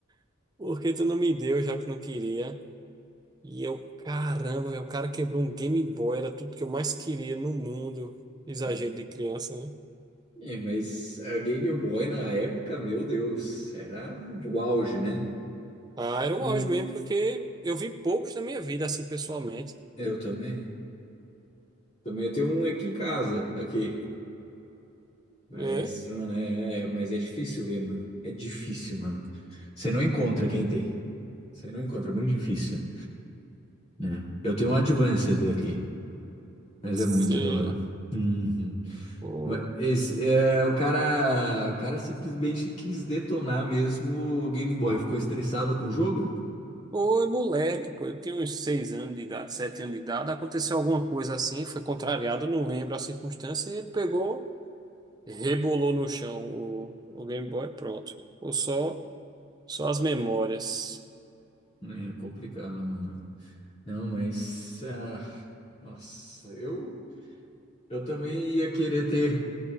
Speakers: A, on the right (about 20°); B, on the left (about 30°).
A: <laughs> Por que tu não me deu, já que não queria? E eu, caramba, velho, o cara quebrou um Game Boy, era tudo que eu mais queria no mundo. Exagero
B: Né?
A: de criança, né?
B: É, mas a Game Boy na época, meu Deus, era o auge, né?
A: Ah, era o
B: Hum,
A: auge mesmo, porque eu vi poucos na minha vida, assim, pessoalmente.
B: eu também. Também eu tenho um aqui em casa, aqui. Mas,
A: É,
B: mano, é, é- mas é difícil ver, mano. É difícil, mano. Você não encontra quem tem. Você não encontra, é muito difícil, né? Eu tenho um Advanced aqui, mas
A: sim.
B: é muito da hora. Uhum.
A: Ô,
B: Mas esse, é, o cara, o cara simplesmente quis detonar mesmo o Game Boy. Ficou estressado com o jogo?
A: Oi, moleque, pô, eu tinha uns seis anos de idade, sete anos de idade, aconteceu alguma coisa assim, foi contrariado, não lembro a circunstância, e ele pegou, rebolou no chão o, o Game Boy, pronto. Ou só, só as memórias.
B: É complicado, mano. Não, mas. ah, nossa, eu. Eu também ia querer ter,